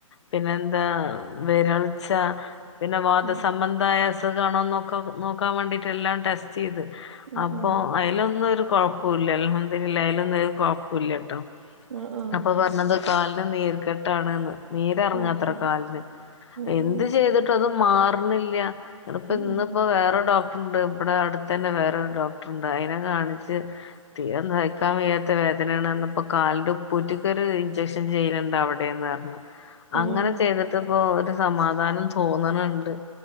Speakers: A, on the left; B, on the right.
A: പിന്നെ എന്താ വിരൾ ചു പിന്നെ വാദസബന്ധമായ
B: ഉം
A: അസുഖണോക്ക നോക്കാൻ വേണ്ടിട്ട എല്ലാം ടെസ്റ്റ് ചെയ്ത്
B: ഉം
A: അപ്പൊ
B: ഉം
A: അതിലൊന്നര് കൊ ല്ല അല്ല അയാലും ഒന്ന കുഴപ്പില്ല കേട്ടോ
B: ആഹ് ആഹ്
A: അപ്പൊ എന്നത് കാലിന് നീർ കെട്ടാണ്ന്ന് നീരിറങ്ങാത്ര
B: നേർക്കട്ട്
A: കാലിന്
B: ഉം
A: എന്ത്
B: ഉം
A: ചെയ്തിട്ടും അത് മാറണില്ല ഇപ്പ ഇന്നിപ്പോ
B: ഉം ഉം
A: വേറെ ഡോക്ട ഡോക്ടർണ്ട് ഇവിടെ അടുത്ത് തന്നെ വേറെൊരു ഡോക്ടർ ഉണ്ട് അതിനെ കാണിച്ച് തീര നയ്ക്കാൻ വയ്യാത്ത വേദനയാണ്ന്നപ്പോ കാലിന്റെ ഉപ്പൂറ്റിക്ക് ഒരു ഇഞ്ചക്ഷൻ ചെയ്യുന്നുണ്ട് അവിടെ ന്ന് പറ അങ്ങനെ
B: ഏഹ്
A: ചെയ്തിട്ട് ഇപ്പോ ഒരു സമാധാനം തോന്നണുണ്ട്